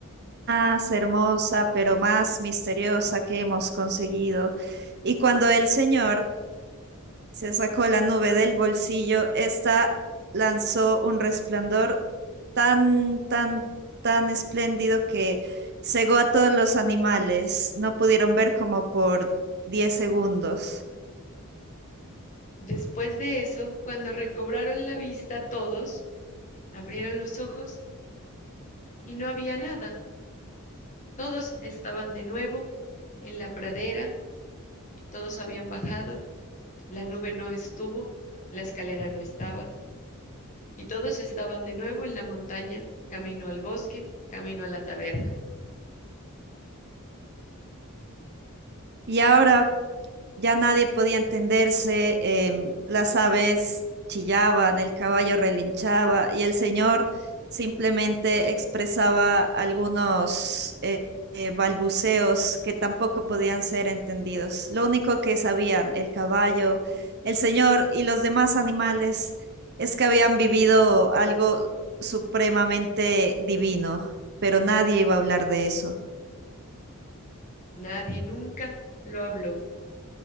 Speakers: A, on the right; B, on the left.
A: más hermosa, pero más misteriosa que hemos conseguido. Y cuando el Señor se sacó la nube del bolsillo, ésta lanzó un resplandor tan, tan, tan espléndido que cegó a todos los animales. No pudieron ver como por 10 segundos.
B: después de eso, cuando recobraron la vista todos, abrieron los ojos y no había nada. Todos estaban de nuevo en la pradera, todos habían bajado, la nube no estuvo, la escalera no estaba y todos estaban de nuevo en la montaña, camino al bosque, camino a la taberna.
A: Y ahora ya nadie podía entenderse, em, las aves chillaban, el caballo relinchaba y el señor simplemente expresaba algunos eh, eh, balbuceos que tampoco podían ser entendidos. Lo único que sabían el caballo, el señor y los demás animales es que habían vivido algo supremamente divino, pero nadie iba a hablar de eso.
B: Nadie nunca lo habló,